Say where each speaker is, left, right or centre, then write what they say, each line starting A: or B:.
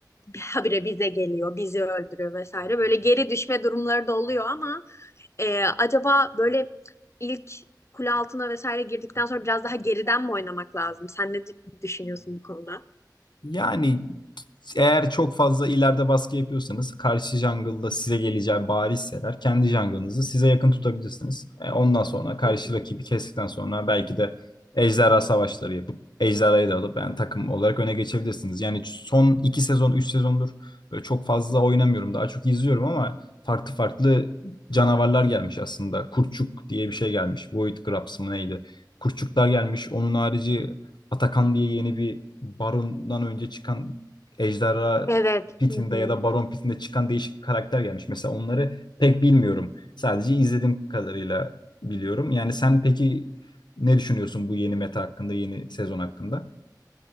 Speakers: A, on the left; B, on the left.
A: habire bize geliyor, bizi öldürüyor vesaire. Böyle geri düşme durumları da oluyor ama e, acaba böyle ilk kule altına vesaire girdikten sonra biraz daha geriden mi oynamak lazım? Sen ne d- düşünüyorsun bu konuda?
B: Yani eğer çok fazla ileride baskı yapıyorsanız karşı jungle'da size geleceği barizse kendi jungle'ınızı size yakın tutabilirsiniz. E, ondan sonra karşı
A: Hı hı.
B: rakibi kestikten sonra belki de ejderha savaşları yapıp ejderhayı da alıp yani takım olarak öne geçebilirsiniz. Yani son iki sezon, üç sezondur böyle çok fazla oynamıyorum. Daha çok izliyorum ama farklı farklı canavarlar gelmiş aslında. Kurçuk diye bir şey gelmiş. Void Grabs mı neydi? Kurçuklar gelmiş. Onun harici Atakan diye yeni bir Baron'dan önce çıkan Ejderha
A: Evet.
B: Pit'inde
A: Hı hı.
B: ya da Baron Pit'inde çıkan değişik bir karakter gelmiş. Mesela onları pek bilmiyorum. Sadece izlediğim kadarıyla biliyorum. Yani sen peki ne düşünüyorsun bu yeni meta hakkında, yeni sezon hakkında?